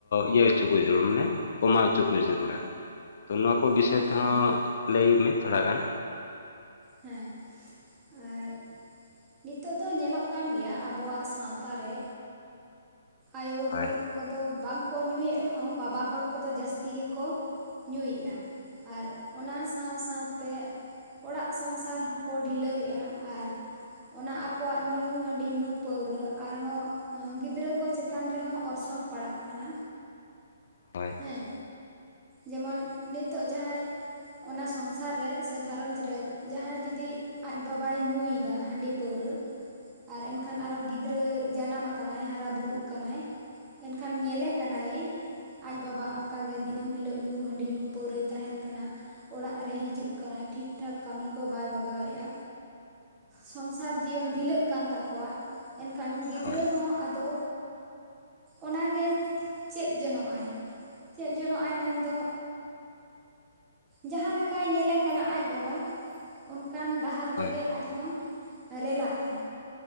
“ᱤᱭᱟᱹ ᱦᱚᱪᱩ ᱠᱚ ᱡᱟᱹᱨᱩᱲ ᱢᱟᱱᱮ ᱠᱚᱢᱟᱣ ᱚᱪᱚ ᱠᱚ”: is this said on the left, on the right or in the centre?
Left